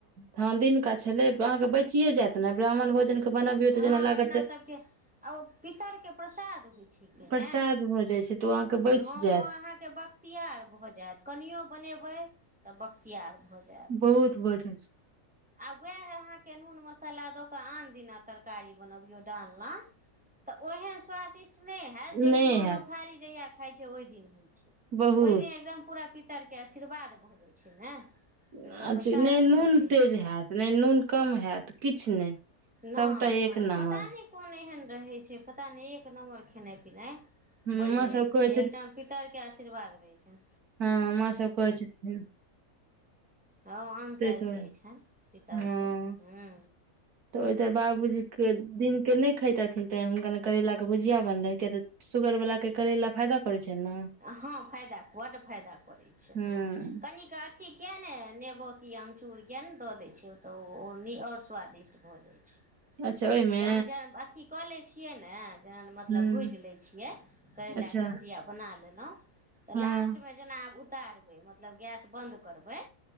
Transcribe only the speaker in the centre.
हँ
अपना सबके आ ओ पितर के प्रसाद होइ छैयकिने
तऽ,
हम
ओ अहांके बक तियार भए जैत कनियो बनेबै तऽ बख्तियारर भऽ जैत।
आ वैह अहाँके नून मसाला दऽ कऽ आन दिना तरकारी बनबियौ डालना तऽ ओहेन स्वादिष्ट नय हैत, जेहन
ओ
नथारी जहिया खाइ छै ओहि दिन होइ छै।
ओए दिन एकदम पूरा पितरके आशीर्वाद भऽ जाइ छै ने। हुनकर
प्रसाद
भऽ जाइत
छै।
नैऽ-
नैऽ
पता नै कोन एहन रहै छै, पता नै एक नम्बर खेनाइ पिनाइ।
बैन
जाय
छै एकदम पितर के आशीर्वाद रहै छैन।
हां अंश
आएब
जाय छै पितर
के हुं।
हां फायदा बड फायदा करै छै,
हां कनी के अथी किया नै नेबो कि आमचूर किया नै दऽ दै छियै ओ तऽ ओ नी और स्वादिष्ट भऽ जाय छै।
जहन जर अथी कऽ लै छियै नै तेहेन मतलब
भुज लै छियै तै
लाए कऽ भुजिया बना लेलौ। तऽ
लास्टमे जेना आब उतारबै मतलब गैस बन्द करबै।